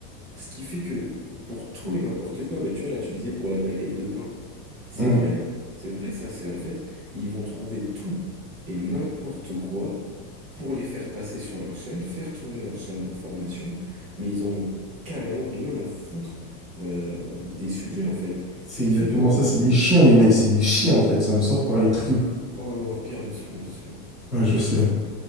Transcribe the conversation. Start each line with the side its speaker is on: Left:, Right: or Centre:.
Right: Ce qui fait que pour tout et n'importe quoi, bah tu vois, là tu disais pour la baguette de pain. C'est
Centre: Hum,
Right: vrai, c'est vrai ça, c'est en fait, ils vont trouver tout et n'importe quoi pour les faire passer sur leur chaîne, faire tourner leur chaîne d'information, mais ils en ont carrément rien à foutre euh, des sujets en fait.
Centre: C'est
Right: Ce
Centre: exactement
Right: qui fait que maintenant,
Centre: ça, c'est des chiens, les mecs, c'est des chiens en fait, ça me sort par les tripes.
Right: oh non, pire, doucement, doucement,
Centre: Ouais, je sais.
Right: doucement.